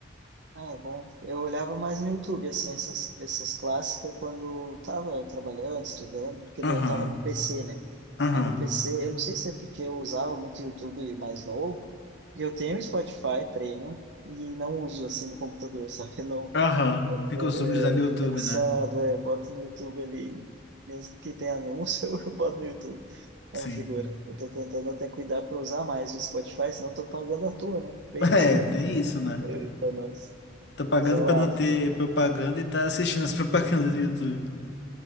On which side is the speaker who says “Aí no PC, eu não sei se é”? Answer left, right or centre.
Right